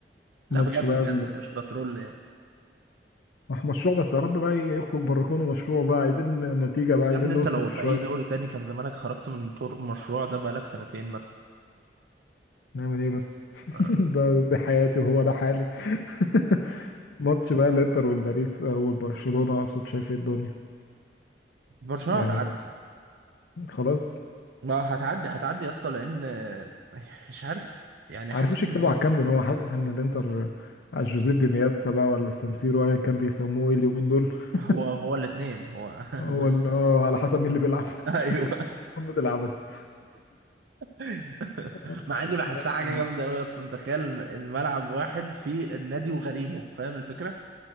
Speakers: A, on the right (about 85°); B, on the left (about 65°).
A: لا
B: ماتش
A: بجد
B: بقى
A: بجد مش بترول يعني
B: مش مشروع بس يا رب بقى يخرج بره كونه مشروع بقى عايزين نتيجة بقى عايزين
A: يا ابني انت
B: نثمر
A: لو في
B: شوية
A: اي دوري تاني كان زمانك خرجت من طور المشروع ده بقالك سنتين مثلا
B: نعمل ايه بس <laughs>
A: آه.
B: ده دي حياتي وهو ده حالي <laughs> ماتش بقى الانتر والباريس آه، والبرشلونة اقصد شايف ايه الدنيا
A: برشلونه
B: يعني
A: هتعدي
B: خلاص
A: ما هتعدي هتعدي يا اسطى لان آه، مش عارف يعني
B: عارفوش
A: حاسس ان
B: يكسبوا
A: الإن-
B: على الكامب ان هو حاسس ان الانتر على جوزيبي مياتسا بقى ولا السانسيرو ايا كان بيسموه إيه اليومين دول <laughs>
A: هو هو الاثنين هو
B: هو
A: <laughs> بس
B: ال- اه على حسب مين اللي بيلعب
A: ايوه
B: <laughs> قمة العبث
A: <laughs>
B: <laughs>
A: مع اني بحسها حاجه جامده قوي اصلا تخيل الم- الملعب واحد فيه النادي وغريمه فاهم الفكره